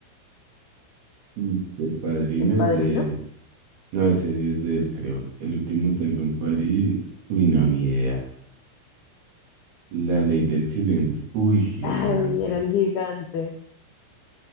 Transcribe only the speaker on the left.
¿El Padrino?
Ay, era el gigante.